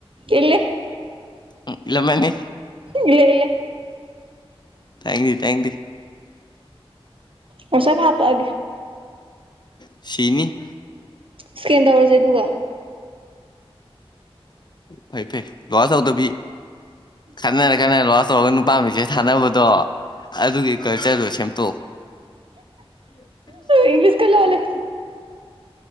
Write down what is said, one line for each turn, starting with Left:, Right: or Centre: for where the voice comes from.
Right: ꯏꯜꯂꯦ
Left: ꯎꯝ ꯏꯂꯝꯃꯅꯤ꯫
Right: ꯏꯜꯂꯦ ꯏꯜꯂꯦ꯫
Left: ꯇꯥꯅꯤꯡꯗꯦ ꯇꯥꯅꯤꯡꯗꯦ꯫
Right: ꯋꯥꯠꯆꯥꯞ ꯍꯥꯞꯄꯛ ꯑꯒꯦ꯫
Left: ꯁꯤꯅꯤ꯫
Right: ꯏꯁꯀꯦꯟ ꯇꯧꯔꯁꯦ ꯑꯗꯨꯒ꯫
Left: ꯐꯩ ꯐꯩ ꯂꯣꯛꯑꯥꯎꯠ ꯇꯧꯗꯕꯤ ꯈꯠꯅꯔ꯫ ꯅꯪꯅ ꯂꯣꯛꯑꯣꯠ ꯇꯧꯔꯒ ꯅꯨꯄꯥ ꯃꯦꯁꯦꯁ ꯊꯥꯟꯅꯕꯗꯣ ꯑꯗꯨꯒꯤ ꯀꯜꯆꯔꯗꯣ ꯁꯦꯝꯇꯣꯛꯎ꯫ <unintelligible>
Right: ꯏꯪꯂꯤꯁꯀ ꯂꯣꯜꯂꯤ꯫